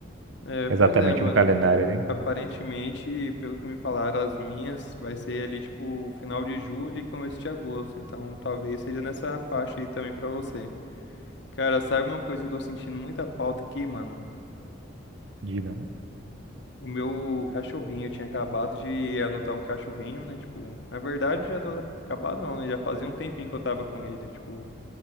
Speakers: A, on the left (about 60°); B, on the right (about 75°).
A: É,
B: exatamente
A: pois é, mano.
B: no calendário
A: Pra-
B: ali.
A: Aparentemente, pelo que me falaram, as minhas vai ser ali, tipo, final de julho e começo de agosto. Então, talvez seja nessa faixa aí também pra você. Cara, sabe uma coisa que eu tô sentindo muita falta aqui, mano?
B: Diga.
A: O meu cachorrinho, eu tinha acabado de adotar um cachorrinho, né? Tipo, na verdade, já tô... acabado não, né? Já fazia um tempinho que eu tava com ele. Tipo,